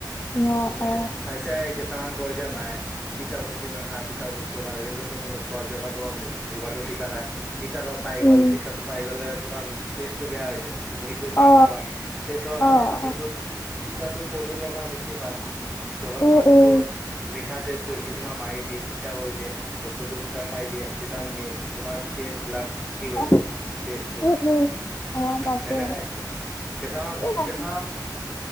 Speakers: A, on the left; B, in the centre.
A: উম অ
B: তুমি
A: অ
B: চাইছাই কেচামান কয় যে মায়ে তিতা বস্তু নাখা, তিতা বস্তু খা কিন্তু তুমি নোখোৱা কিয় কাৰ তোমাৰ মুখ জি তিতা খায়। তিতাকৰ পাই গ'ল,
A: উম
B: তিতাটো পাই গ'লে পুৰা টেষ্টটো বেয়া হৈ যায়। তুমি সেইটোৰ কাৰণে
A: অ
B: নকোৱা তেজৰ কাৰণে
A: অ
B: নকোৱা কিন্তু তিতাটো খৰি লগ বেছি বেছি ভাল ক তোমাৰ
A: উম
B: যোনটো
A: উম
B: মিঠা টেষ্টটো সেইটো তোমাৰ মাৰি দিয়ে তিতা কৰি দিয়ে বস্তু তেতিয়া খাই দিয়ে তেতিয়া মিল তোমাৰ ব্লাডটো ঠিক হৈ
A: অ
B: যাব তেজটো
A: উম, উম, অ, তাকে
B: সেনেক কেচাম
A: এই বাকী,
B: কেচা